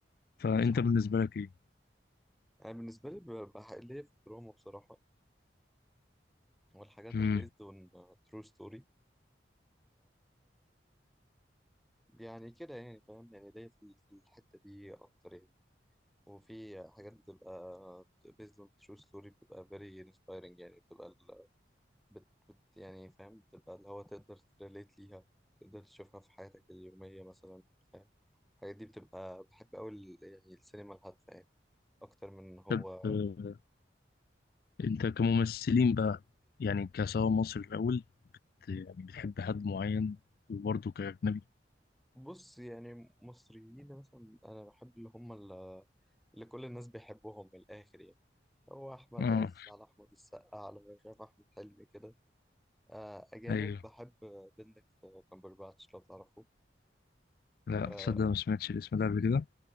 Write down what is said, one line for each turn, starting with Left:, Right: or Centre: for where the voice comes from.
Left: فأنت
Centre: صح
Left: بالنسبة لك إيه؟
Centre: انا بالنسبه لي ببقى حق- ليا في الدراما بصراحه والحاجات
Left: مم.
Centre: البيزد اون ترو ستوري يعني كده يعني فاهم يعني ليا في في الحتة دي أكتر يعني وفي حاجات بتبقى based on true story بتبقى very inspiring يعني بتبقى ال... بت... بت... يعني فاهم بتبقى اللي هو تقدر تريليت ليها تقدر تشوفها في حياتك اليومية مثلا فاهم الحاجات دي بتبقى بحب أوي ال- يعني السينما الهادفة يعني أكتر من إن هو
Left: طب آه، أنت كممثلين بقى يعني كسواء مصري الأول يعني بتحب حد معين وبرضه كأجنبي
Centre: بص يعني مصريين مثلا أنا بحب اللي هم ال- اللي كل الناس بيحبوهم من الآخر يعني هو أحمد
Left: آه
Centre: عز على أحمد السقا على مش عارف أحمد حلمي كده آه، أجانب
Left: أيوه
Centre: بحب بندكت كامبرباتش لو تعرفه
Left: لا
Centre: آه،
Left: صدق ما سمعتش الاسم ده قبل كده